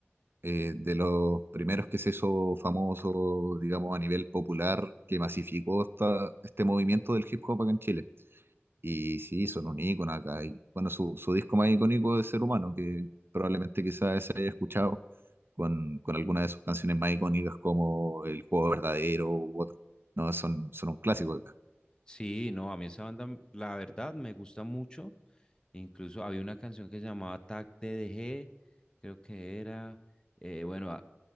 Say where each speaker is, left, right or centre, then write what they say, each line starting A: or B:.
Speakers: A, on the right (about 55°); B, on the left (about 20°).
A: eh, de los primeros que se hizo famoso, digamos, a nivel popular, que masificó esta- este movimiento del hip hop acá en Chile. Y sí, son un ícono acá. Y, bueno, su, su disco más icónico de Ser Humano, que probablemente quizás se haya escuchado con, con alguna de sus canciones más icónicas como El Juego Verdadero u otro. No, son, son un clásico acá.
B: Sí, no, a mí esa banda, m- la verdad, me gusta mucho. Incluso había una canción que se llamaba Tac TDG, creo que era, eh, bueno, a-